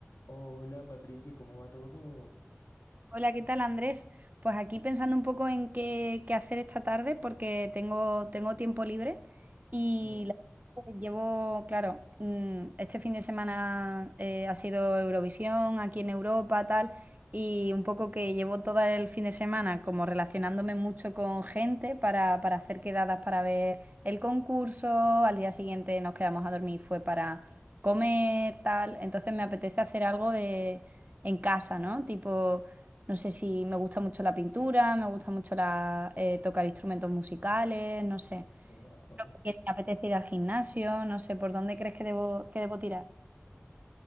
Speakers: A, on the left; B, on the right.
A: Hola Patricia, ¿cómo va todo?
B: Hola, ¿qué tal, Andrés? Pues aquí pensando un poco en qué, qué hacer esta tarde porque tengo, tengo tiempo libre y
A: Sí,
B: la verdad que llevo, claro, mm, este fin de semana eh, ha sido Eurovisión aquí en Europa, tal, y un poco que llevo todo el fin de semana como relacionándome mucho con gente para, para hacer quedadas para ver el concurso, al día siguiente nos quedamos a dormir, fue para comer, tal, entonces me apetece hacer algo de, en casa, ¿no? Tipo... No sé si me gusta mucho la pintura, me gusta mucho la- eh, tocar instrumentos musicales, no sé.
A: vea pues.
B: Porque me apetece ir al gimnasio, no sé por dónde crees que debo, que debo tirar.